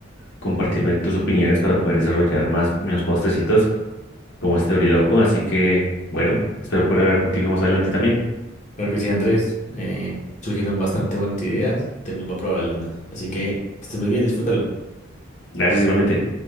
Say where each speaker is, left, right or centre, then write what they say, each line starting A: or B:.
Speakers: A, on the left; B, on the left.
A: compartirme tus opiniones para poder desarrollar más mis postrecitos como este oriloco. Así que, bueno, espero poder hablar contigo más adelante también.
B: Claro que sí, Andrés, eh, surgieron bastante buenas ideas y también va a probar algunas. Así que que estés muy bien, disfrútalo.
A: Gracias igualmente.